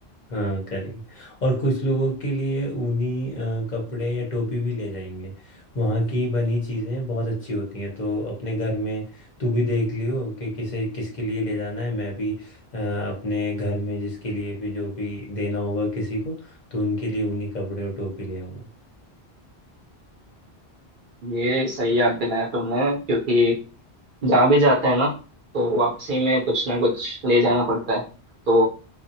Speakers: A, on the left; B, on the right.
A: हाँ करेंगे और कुछ लोगों के लिए ऊनी अ, कपड़े या टोपी भी ले जाएंगे वहाँ की बनी चीज़ें बहुत अच्छी होती हैं तो अपने घर में तू भी देख लियो कि किसे किसके लिए ले जाना है मैं भी अ, अपने घर में जिसके लिए भी जो भी देना होगा किसी को तो उनके लिए ऊनी कपड़े और टोपी ले आऊँगा
B: ये सही याद दिलाया तुमने क्योंकि जहाँ भी जाते हैं ना तो वापसी में कुछ ना कुछ ले जाना पड़ता है तो